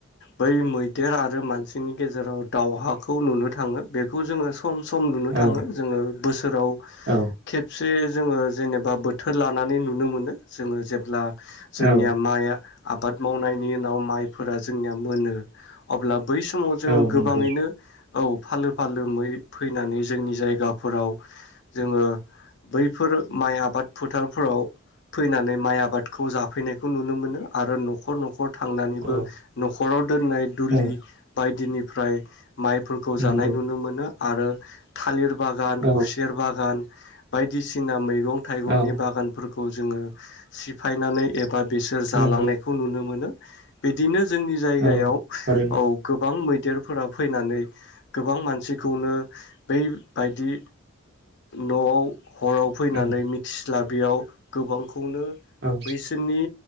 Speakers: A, on the left; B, on the right.
A: बै मैदेर आरो मानसिनि गेजेराव दावहाखौ नुनो थांङो बेखौ जोंङो सम सम नुनो
B: औ
A: थांङो जोंङो बोसोराव
B: औ
A: खेब से जोंङो जेनेबा बोथोर लानानै नुनो मोनो जोंङो जेब्ला जोंनिया
B: औ
A: माइआ आबाद मावनायनि उनाव माइफोरा जोंनिया मोनो अब्ला बै समाव जों
B: औ
A: गोबाङैनो
B: नंगौ
A: औ फालो फालो मै फैनानै जोंनि जायगाफोराव जोङो बैफोर माइ आबाद फोथारफोराव फैनानै माइ आबादखौ जाफैनायखौ नुनो मोनो। आरो न'खर न'खर थांनानैबो
B: औ
A: न' हरद दोननाय दुलि
B: औ
A: बायदि दिनिफ्राय माइफोरखौ जानाय
B: नंगौ
A: नुनो मोनो आरो थालिर बागान
B: औ
A: खुसेर बागान बायदिसिना मैगं मैगं थाइगंनि
B: औ
A: बागानफोरखौ खौ जोङो सिफायनानै एबा बिसोर जालांनायखौ
B: नंगौ
A: नुनो मोनो। बिदिनो जोंनि जायगायाव
B: औ थारैनो
A: औ गोबां मैं मैदेरफोरा फैनानै गोबां मानसिखौनो बैबायदि न'आव हराव फैनानै
B: औ
A: मिथि स्लाबैयाव गोबां खुंनो
B: औ
A: बैसोरनि